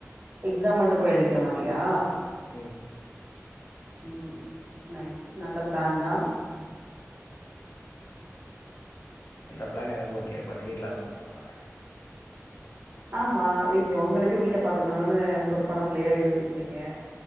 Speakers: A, on the right; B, on the left.
A: எக்ஸாம் மட்டும் போய் எலுதிக்கிறமாரியா
B: ம்
A: ம் நைஸ் நல்ல பிளான் தான்
B: அந்த பிளான் எனக்கு ஓகே பட் வீட்ல அக்சப்ட் பண்ண மாட்டாங்க
A: ஆமா வீஜ்எ உங்களுக் கு வீட்ட பாத் துக்கனுன்னு பொறுப்பான பிள்ளையா யோசிக்கிறீங்க